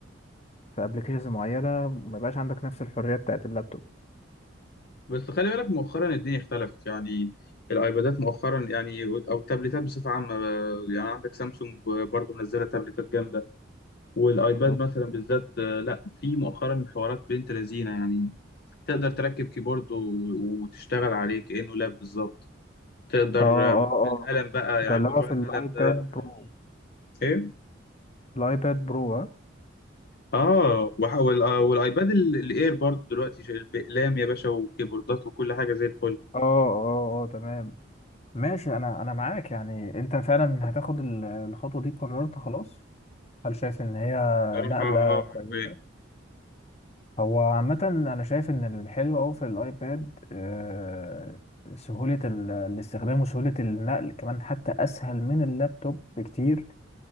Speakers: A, on the left; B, on the left.
A: في ابلكيشنز معينه ما يبقاش عندك نفس الحريه بتاعت اللابتوب
B: بس خلي بالك مؤخرا الدنيا اختلفت يعني الايبادات مؤخرا يعني او التابلتات بصفه عامه آه، يعني عندك سامسونج برضو منزله تابلتات جامده والايباد
A: أوكي.
B: مثلا بالذات آه، لا في مؤخرا حوارات بنت لذينه يعني تقدر تركب كيبورد و- وتشتغل عليه كانه لاب بالظبط تقدر
A: اه اه
B: آه،
A: اه
B: القلم بقى
A: ده
B: يعني
A: اللي
B: موضوع
A: هو في
B: القلم
A: الايباد
B: ده حوار
A: برو
B: ايه
A: الايباد برو ها؟
B: اه وح- وال- آه، والايباد ال- الاير برضو دلوقتي شايل بأقلام يا باشا وكيبوردات وكل حاجه زي الفل
A: اه اه اه تمام ماشي انا انا معاك يعني انت فعلا هتاخد ال- الخطوه دي قررت خلاص هل شايف ان هي
B: صراحه
A: نقله
B: اه
A: كويسه
B: عجباني
A: هو عامه انا شايف ان الحلو قوي في الايباد آه، سهوله ال- الاستخدام وسهوله النقل كمان حتى اسهل من اللابتوب بكتير